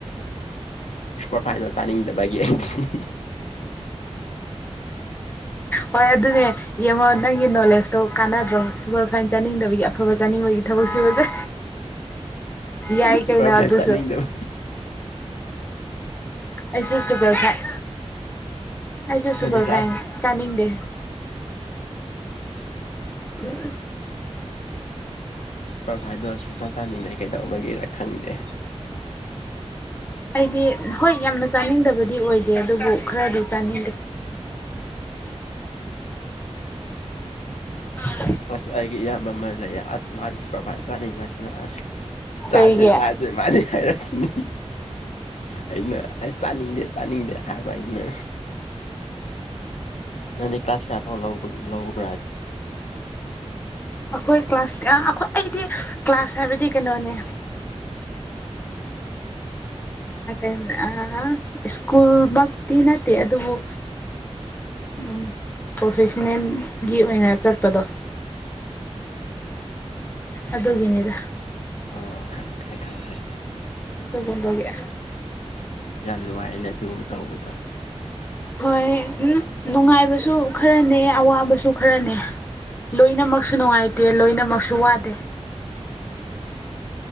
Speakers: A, on the left; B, on the left.
A: ꯁꯨꯄꯔ ꯐꯥꯏꯅꯜ ꯆꯥꯅꯤꯡꯗꯕꯒꯤ ꯑꯩꯗꯤ
B: ꯍꯣꯏ ꯑꯗꯨꯅꯦ ꯌꯦꯡꯉꯣ ꯅꯪꯒꯤ ꯅꯣꯂꯦꯖ ꯇꯣ ꯀꯥꯟꯅꯗ꯭ꯔꯣ ꯁꯨꯄꯔ ꯐꯥꯏꯟ ꯆꯥꯅꯤꯡꯗꯕꯒꯤ ꯑꯐꯕ ꯆꯥꯅꯤꯡꯕꯒꯤ ꯊꯕꯛꯁꯨ ꯐꯖ ꯌꯥꯏ
A: ꯁꯨꯄꯔꯐꯥꯏꯟ
B: ꯀꯩꯅꯣ ꯑꯗꯨꯁꯨ
A: ꯆꯥꯅꯤꯡꯗꯕ
B: ꯑꯩꯁꯨ ꯁꯨꯄꯔ ꯐꯥꯏꯠ ꯑꯩꯁꯨ
A: ꯅꯪꯗꯤ
B: ꯁꯨꯄꯔ
A: ꯀ꯭ꯂꯥꯁ
B: ꯐꯥꯏ ꯆꯥꯅꯤꯡꯗꯦ ꯎ
A: ꯁꯨꯄꯔꯚꯥꯏꯗꯣ ꯁꯨꯡ ꯆ ꯆꯥꯅꯤꯡꯗꯩ ꯀꯩꯗꯧꯕꯒꯤꯔ ꯈꯪꯗꯦ
B: ꯑꯩꯗꯤ ꯍꯣꯏ ꯌꯥꯝꯅ ꯆꯥꯅꯤꯡꯗꯕꯗꯤ ꯑꯣꯏꯗꯦ ꯑꯗꯨꯕꯨ ꯈꯔꯗꯤ ꯆꯥꯅꯤꯡꯗꯦ ꯎ
A: ꯑꯁ ꯑꯩꯒꯤ ꯏꯌꯥꯝꯕꯃꯜ ꯂꯩꯌꯦ ꯑꯁ ꯃꯥ ꯄꯕꯥꯅ ꯆꯥꯅꯤꯡꯕꯁꯤꯅ ꯑꯁ ꯆꯥꯥꯁꯦ
B: ꯀꯩꯒꯤ
A: ꯆꯥꯁꯦ ꯃꯥꯗꯤ ꯌꯥ ꯔꯈꯤꯅꯤ ꯑꯩꯅ ꯑꯁ ꯆꯥꯅꯤꯡꯗꯦ ꯆꯥꯅꯤꯡꯗꯦ ꯍꯥꯏꯕ ꯑꯩꯅ ꯅꯅꯤ ꯀ꯭ꯂꯥꯁꯐ ꯂꯧꯕ ꯄ
B: ꯑꯩꯈꯣꯏ ꯀ꯭ꯂꯥꯁ ꯑ ꯑꯩꯈꯣꯏ ꯑꯩꯗꯤ ꯀ꯭ꯂꯥꯁ ꯍꯥꯏꯕꯗꯤ ꯀꯩꯅꯣꯅꯦ ꯩꯅ ꯁ꯭ꯀꯨꯜꯃꯛꯇꯤ ꯅꯠꯇꯦ ꯑꯗꯨꯕꯨ ꯎ ꯄ꯭ꯔꯣꯐꯦꯁꯟꯅꯦꯜꯒꯤ ꯑꯣꯏꯅ ꯆꯠꯄꯗꯣ ꯎ ꯑꯗꯨꯒꯤꯅꯤꯗ
A: ꯑꯣ ꯈꯪꯈꯥꯏ ꯈꯪꯈ꯭ꯔꯦ
B: ꯃꯒꯝꯕꯒꯦ
A: ꯌꯥꯝ ꯅꯨꯡꯉꯥꯏꯅꯦ ꯑꯗꯨꯒꯨꯝꯕ ꯇꯧꯕꯗ
B: ꯍꯣꯏ ꯎꯝ ꯅꯨꯡꯉꯥꯏꯕꯁꯨ ꯈꯔꯅꯦ ꯑꯋꯥꯕꯁꯨ ꯈꯔꯅꯦ ꯂꯣꯏꯅꯃꯛꯁꯨ ꯅꯨꯡꯉꯥꯏꯇꯦ ꯂꯣꯏꯅꯃꯛꯁꯨ ꯋꯥꯗꯦ ꯎ